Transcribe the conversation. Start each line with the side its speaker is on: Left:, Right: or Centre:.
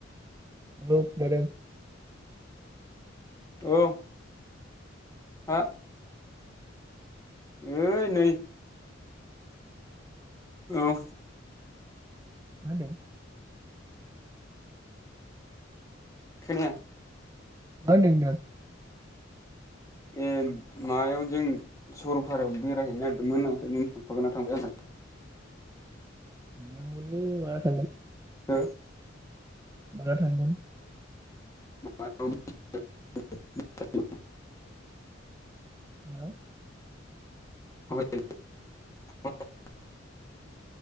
Right: <unintelligible>
Left: औ। हा? ओइ नै औ।
Right: मा होनदों?
Left: खोनाया।
Right: मा होनदों होनदों?
Left: ए मायाव जों सरलपारायाव बेरायहैनो नागिरदोंमोन, ओमफ्राय नों थांफागोनना थांफाया आंजों?
Right: थांनांगौमोनलै माला थांगोन?
Left: हो
Right: माला थांगोन?
Left: <unintelligible>
Right: हो?
Left: <unintelligible>